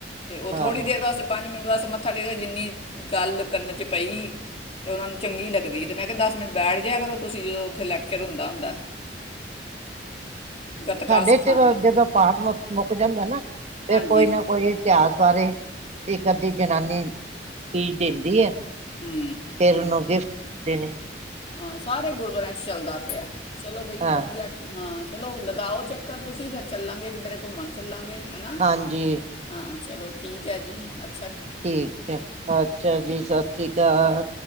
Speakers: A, on the left; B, on the right.
A: ਤੇ ਉਹ ਥੋੜ੍ਹੀ
B: ਹਾਂ
A: ਦੇਰ ਵਾਸ ਪੰਜ ਮਿੰਟ ਬਸ ਮੱਥਾ ਟੇਕ ਕੇ ਜਿੰਨੀ ਗੱਲ ਕੰਨ ਚ ਪਈ ਤੇ ਉਹਨਾ ਨੂੰ ਚੰਗੀ ਲੱਗਦੀ ਹੈ। ਤੇ ਮੈਂ ਕਿਹਾ ਦਸ ਮਿੰਟ ਬੈਠ ਜਿਆ ਕਰੋ ਤੁਸੀਂ ਜਦੋਂ ਉਥੇ ਲੈਕਚਰ ਹੁੰਦਾ ਹੁੰਦਾ। ਗਤਕਾ
B: ਸਾਡੇ
A: ਸਿਖਾਉਂਦੇ
B: ਇਥੇ ਜਦੋਂ-ਜਦੋਂ ਪਾਠ ਮੁਕ ਮੁੱਕ ਜਾਂਦਾ ਨਾ ਫੇਰ
A: ਹਾਂਜੀ
B: ਕੋਈ ਨਾ ਕੋਈ ਇਤਿਹਾਸ ਬਾਰੇ ਇੱਕ ਕਦੀ ਜਨਾਨੀ ਸਪੀਚ ਦਿੰਦੀ ਹੈ।
A: ਹੂੰ
B: ਫਿਰ ਉਹਨੂੰ ਗਿਫਟ ਕੀਤੇ ਨੇ।
A: ਹਾਂ, ਸਾਰੇ ਗੁਰਦੁਆਰਿਆਂ ਚ ਚੱਲਦਾ ਪਿਆ। ਚਲੋ ਬਈ
B: ਹਾਂ
A: ਵਧੀਆ ਠੀ ਹਾਂ। ਚਲੋ ਲਗਾਓ ਚੱਕਰ ਤੁਸੀਂ ਫਿਰ ਚੱਲਾਂਗੇ ਕਿੱਧਰੇ ਘੁੰਮਣ ਚੱਲਾਂਗੇ। ਹਨਾ
B: ਹਾਂਜੀ।
A: ਹਾਂ ਚਲੋ ਠੀਕ ਹੈ ਜੀ ਅੱ
B: ਠੀਕ ਹੈ, ਅੱਛਾ ਜੀ ਸਸ ਰੀ ਕਾਲ।